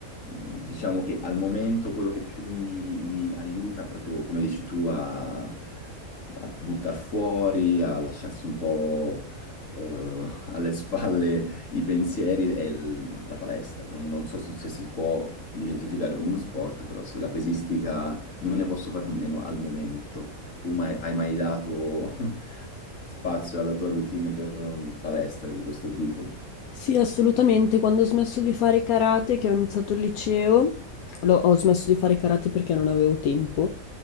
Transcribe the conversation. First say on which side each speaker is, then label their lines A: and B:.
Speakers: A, on the left (about 65°); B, on the left (about 85°).
A: diciamo che al momento quello che più mi, mi aiuta proprio, come dici tu, a, a buttar fuori, a lasciarsi un po'... eh, alle spalle i pensieri è il- la palestra. Non, non so se se si può identificare come uno sport, però sì, la pesistica non ne posso fare a meno al momento. Tu mai- hai mai dato <laughs> spazio alla tua routine per eh, palestra di questo tipo?
B: Sì, assolutamente. Quando ho smesso di fare karate, che ho iniziato il liceo, lo- ho smesso di fare karate perché non avevo tempo.